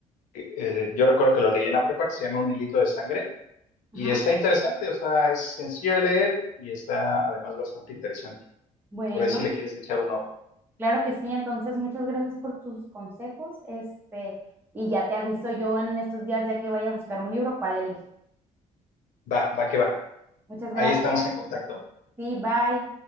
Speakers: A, on the left (about 80°); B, on the right (about 15°).
A: que, eh, yo recuerdo que lo leí en la prepa, que se llama Un hilito de sangre, y
B: Ajá.
A: está interesante, o sea, es sencillo de leer y está además bastante interesante.
B: Bueno,
A: Por ahí si le quieres echar un ojo.
B: claro que sí, entonces muchas gracias por tus consejos, este, y ya te aviso yo en estos días ya que vaya a buscar un libro, cuál elegir.
A: Va, va que va.
B: Muchas gracias,
A: Ahí estamos en contacto.
B: sí, bye.